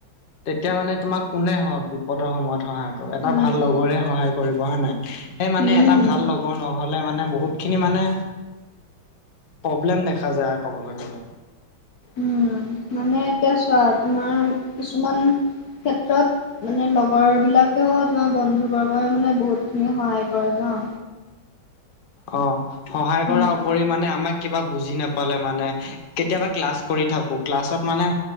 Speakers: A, on the left (about 45°); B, on the left (about 60°).
A: তেতিয়া মানে তোমাক কোনে সহায় বিপদৰ সময়ত সহায় কৰোঁ এটা
B: উম,
A: ভাল লগৰে সহায় কৰিব হয় নাই সেই মানে
B: উম।
A: এটা ভাল লগ নহ'লে মানে বহুতখিনি মানে প্ৰব্লেম দেখা যায় ক'বলৈ গ'লে।
B: উম মানে এতিয়া চোৱা তোমাৰ কিছুমান ক্ষেত্ৰত মানে লগৰবিলাকেও তোমাৰ বন্ধুবৰ্গই মানে বহুত আমি সহায় কৰে ন।
A: অ সহায় কৰাৰ
B: উম,
A: উপৰি মানে আমাক কিবা বুজি নাপালে মানে কেতিয়াবা ক্লাছ কৰি থাকোঁ। ক্লাছত মানে